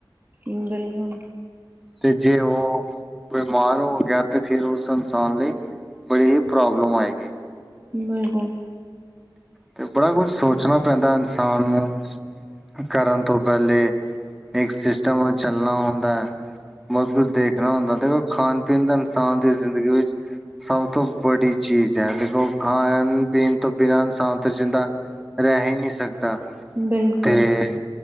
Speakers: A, on the right (about 25°); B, in the centre.
A: ਬਿਲਕੁੱਲ
B: ਤੇ ਜੇ ਉਹ ਬਿਮਾਰ ਹੋ ਗਿਆ ਅਤੇ ਫਿਰ ਉਸ ਇਨਸਾਨ ਲਈ ਬੜੀ ਹੀ ਪ੍ਰੋਬਲਮ ਆਏਗੀ।
A: ਬਿਲਕੁੱਲ
B: ਤੇ ਬੱੜਾ ਕੁੱਝ ਸੋਚਣਾ ਪੈਂਦਾ ਇਨਸਾਨ ਨੂੰ। ਕਰਨ ਤੋਂ ਪਹਿਲੇ ਇੱਕ ਸਿੱਸਟਮ ਨਾਲ ਚੱਲਣਾ ਹੁੰਦਾ ਹੈ। ਬਹੁਤ ਕੁੱਝ ਦੇਖਣਾ ਹੁੰ ਦੇਖੋ ਖਾਣ- ਪੀਣ ਦਾ ਇਨਸਾਨ ਦੀ ਜ਼ਿੰਦਗੀ ਵਿੱਚ ਸਭ ਤੋਂ ਬੜੀ ਚੀਜ਼ ਹੈ। ਦੇਖੋ, ਖਾਣ -ਪੀਣ ਤੋਂ ਬਿਨਾਂ ਇਨਸਾਨ ਤੋਂ ਜਿੰਦਾ ਰਹਿ ਹੀ ਨਹੀਂ ਸਕਦਾ।
A: ਬਿਲਕੁਲ
B: ਤੇ